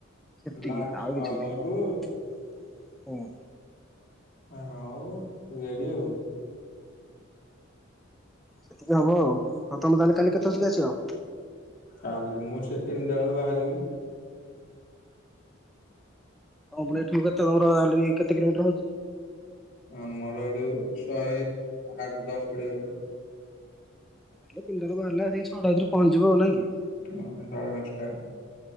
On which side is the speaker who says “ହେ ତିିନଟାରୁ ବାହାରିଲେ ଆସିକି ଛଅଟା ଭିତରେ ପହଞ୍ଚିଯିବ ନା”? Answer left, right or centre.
Centre